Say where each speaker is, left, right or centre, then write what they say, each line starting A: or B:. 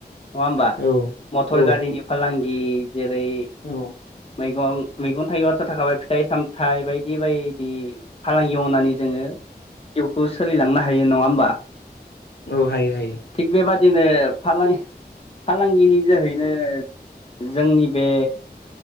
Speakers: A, on the left; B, on the left.
A: नङा होमबा
B: औ
A: मथर
B: औ
A: गारिनि फालांगि <unintelligible> जेरै
B: औ
A: मैगं मैगं थाइगंयाथ' थाखाबाय फिथाइ सामथाइ बायदि बेबायदि फालांगि मावनानै जोङो जिउखौ सोलिलांनो हायो नङा होमबा
B: औ हायो हायो
A: थिक बेबादि बादिनो फालां- फालांगिनि जोहैनो जोंनि बे